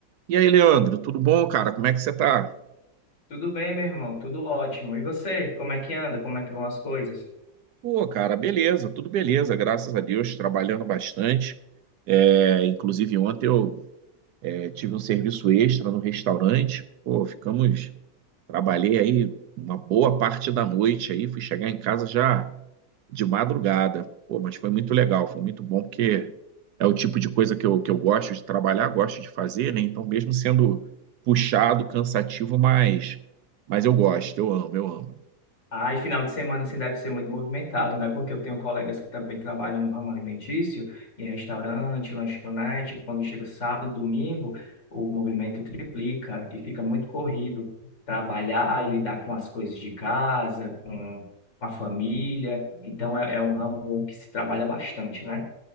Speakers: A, on the right; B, on the left.
A: E aí, Leandro, tudo bom, cara? Como é que você tá?
B: Tudo bem, meu irmão? Tudo ótimo. E você? Como é que anda? Como é que vão as coisas?
A: Pô, cara, beleza, tudo beleza, graças a Deus, trabalhando bastante. É, inclusive, ontem eu é, tive um serviço extra no restaurante. Pô, ficamos, trabalhei aí uma boa parte da noite aí, fui chegar em casa já de madrugada. Pô, mas foi muito legal, foi muito bom, porque é o tipo de coisa que eu, que eu gosto de trabalhar, gosto de fazer, né? Então, mesmo sendo puxado, cansativo, mas, mas eu gosto, eu amo, eu amo.
B: Ah, e final de semana assim deve ser muito movimentado, né? Porque eu tenho colegas que também trabalham no ramo alimentício, em restaurante, lanchonete. Quando chega sábado, domingo, o movimento triplica e fica muito corrido. Trabalhar e lidar com as coisas de casa, com com a família. Então é é um ramo que se trabalha bastante, né?